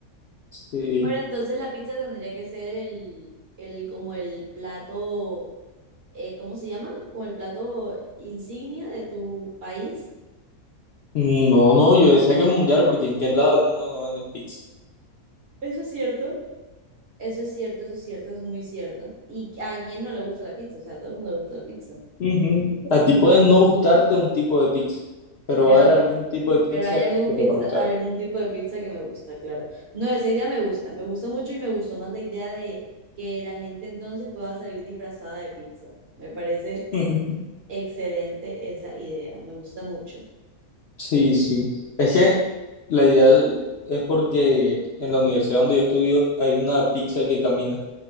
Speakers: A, on the left (about 55°); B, on the right (about 50°).
A: Sí.
B: Pero entonces la pizza tendría que ser el, el como el plato, eh, ¿cómo se llama? Como el plato insignia de tu país.
A: No, no, yo decía que mundial porque en qué lado del mundo no venden pizza.
B: Eso es cierto. Eso es cierto, eso es cierto, eso es muy cierto. ¿Y a quién no le gusta la pizza? O sea, a todo el mundo le gusta la pizza.
A: Ujú. A ti puede no gustarte un tipo de pizza, pero
B: Pero,
A: va a haber algún tipo de pizza
B: pero hay algún
A: que te va
B: pizza,
A: a gustar.
B: algún tipo de pizza que me gusta, claro. No, esa idea me gusta, me gusta mucho y me gustó más la idea de que la gente entonces pueda salir disfrazada de pizza. Me parece
A: Ujú.
B: excelente esa idea, me gusta mucho.
A: Sí, sí. Es que la idea es porque en la universidad donde yo estudio hay una pizza que camina